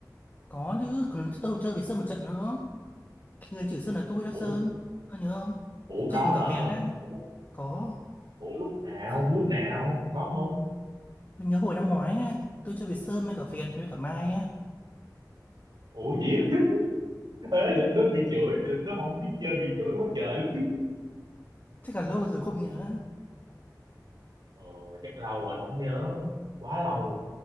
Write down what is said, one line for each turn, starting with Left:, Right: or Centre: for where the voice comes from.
Left: Có chứ, còn tôi chơi với Sơn một trận nữa. Cái người chửi Sơn là tôi đó
Right: ủa
Left: Sơn Ông nhớ không
Right: ủa có
Left: Chơi cùng cả
Right: hả
Left: Việt á
Right: ủa,
Left: Có
Right: ủa lúc nào
Left: Sơn-
Right: lúc nào có không
Left: Tôi nhớ hồi năm ngoái á Tôi chơi với Sơn với cả Việt với cả Mai á
Right: ủa gì <laughs> ê đ- nó bị chửi được nó không biết chơi bị chửi quá trời luôn.
Left: Chắc là lâu rồi không nhớ
Right: ờ, chắc lâu rồi không nhớ quá lâu rồi